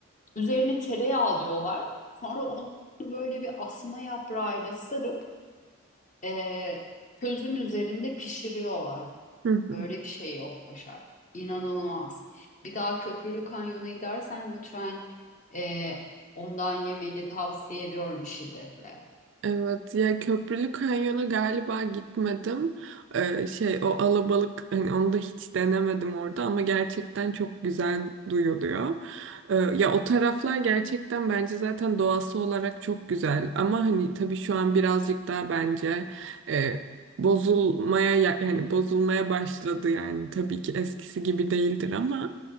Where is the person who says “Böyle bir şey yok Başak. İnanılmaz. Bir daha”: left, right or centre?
Left